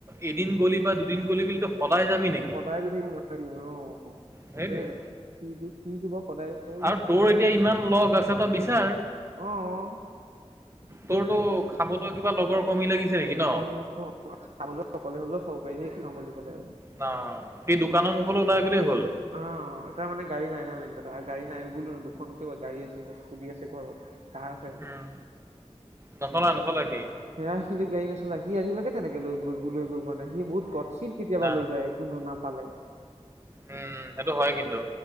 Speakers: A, on the right; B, on the right.
A: এদিন গলি বা দুদিন গলি বুলি, তই সদায় যাবি নেকি?
B: সদায় গৈ থাকিব নোৱাৰিব ন।
A: সেইটোৱে
B: তাতে সি টো বা
A: আৰু তোৰ
B: সদায়
A: এতিয়া ইমান লগ আছে
B: <unintelligible>
A: তই বিচাৰ।
B: <unintelligible> সি
A: তোৰতো
B: মানে কি,
A: খাবলৈ কিবা লগৰ কমি
B: <unintelligible>
A: লাগিছে নেকি ন?
B: খাবলৈও অকলে হ'লেও খাব পাৰি। <unintelligible> খাওঁ বুলি ক'লে।
A: না সেই দোকানৰ মুখলৈ ওলাই গ'লেই হ'ল।
B: অ' তাৰ মানে গাড়ী নাই ন মেইন কথা, গাড়ী নাই বোলো, দুখন কে গাড়ী আছে, স্কুতি আছে ঘৰত, <unintelligible> আছে।
A: উম, নচলাই নচলাই সি।
B: হেয়া, <unintelligible> গাড়ী নচলায় সি আজিলৈকে তেনেকে লৈ গৈ লৈ গৈ পোৱা নাই, সি বহুত <unintelligible> কেতিয়াবা
A: না
B: লৈ যায়। পালে।
A: উম, সেইটো হয় কিন্তু।